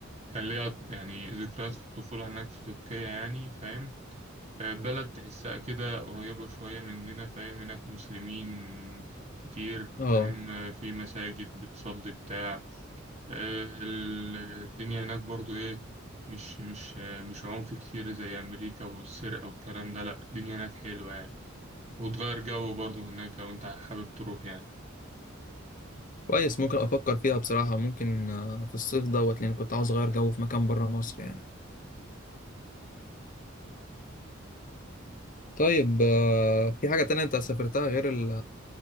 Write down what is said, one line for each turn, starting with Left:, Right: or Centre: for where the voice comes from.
Right: كان ليا يعني ذكريات في الطفوله هناك في تركيا يعني فاهم آه، بلد تحسها كده قريبه شويه مننا فاهم هناك مسلمين كتير
Left: اه
Right: فاهم آه، في مساجد بتصلي بتاع آه، ال- الدنيا هناك برضو ايه مش مش آه، مش عنف كتير زي امريكا والسرقه والكلام ده لا الدنيا هناك حلوه يعني وتغير جو برضو هناك لو انت حابب تروح يعني
Left: كويس ممكن افكر فيها بصراحه ممكن آه، في الصيف دوت لان كنت عاوز اغير جو في مكان بره مصر يعني طيب آه، في حاجه تانية انت سافرتها غير ال-